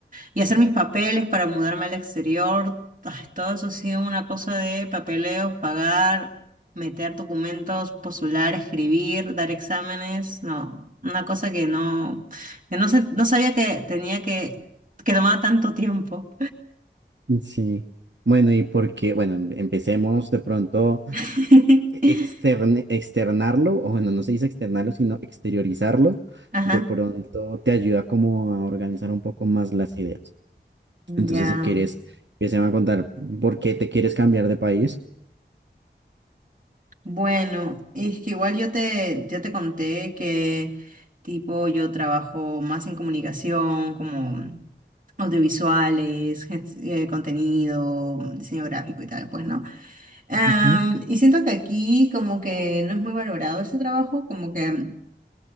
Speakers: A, on the right; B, on the right.
A: Y hacer mis papeles para mudarme al exterior, ah, todo eso ha sido una cosa de papeleos, pagar, meter documentos, postular, escribir, dar exámenes, no, una cosa que no, que no, sé- no sabía que tenía que, que tomaba tanto tiempo.
B: Ujú. Sí. Bueno, ¿y porque Bueno, em- empecemos de pronto
A: <laughs>
B: externe- externarlo, o bueno, no se dice externarlo, sino exteriorizarlo.
A: Ajá,
B: De pronto te ayuda como a organizar un poco más las ideas. Entonces,
A: ya.
B: si quieres, empecemos a contar por qué te quieres cambiar de país.
A: Bueno, es que igual yo te, ya te conté que tipo yo trabajo más en comunicación, como audiovisuales, gen- eh, contenido, diseño gráfico y tal, pues, ¿no? Am,
B: Ujú.
A: y siento que aquí como que no es muy valorado ese trabajo, como que